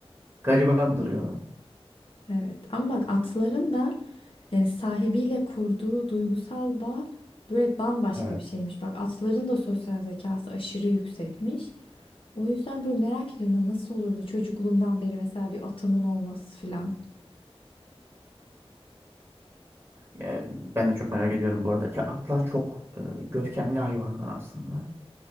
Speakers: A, on the right; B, on the left.
A: gariban duruyorlar.
B: Evet ama bak atların da yani sahibiyle kurduğu duygusal bağ böyle bambaşka
A: Evet.
B: bir şeymiş. Bak atların da sosyal zekası aşırı yüksekmiş. O yüzden böyle merak ediyorum hani nasıl olurdu çocukluğumdan beri mesela bir atımın olması filan.
A: Yani ben de çok merak ediyorum bu arada ki atlar çok e, görkemli hayvanlar aslında.